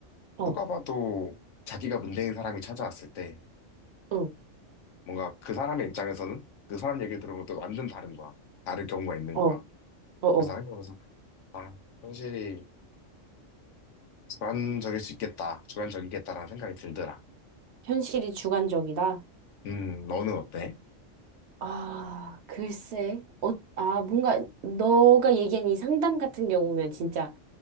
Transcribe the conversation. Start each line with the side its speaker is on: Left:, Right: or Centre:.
Right: 어,
Left: 누가 봐도 자기가 문제인 사람이 찾아왔을 때
Right: 응,
Left: 뭔가 그 사람의 입장에서는 그 사람 얘기를 들으면 또 완전 다른 거야. 다를 경우가 있는
Right: 어,
Left: 거야.
Right: 어, 어.
Left: 그래서 한국에서 아, 확실히 주관적일 수 있겠다. 주관적이겠다라는 생각이 들더라.
Right: 현실이 주관적이다?
Left: 음, 너는 어때?
Right: 아, 글쎄. 어, 아, 뭔가 너가 얘기한 이 상담 같은 경우면 진짜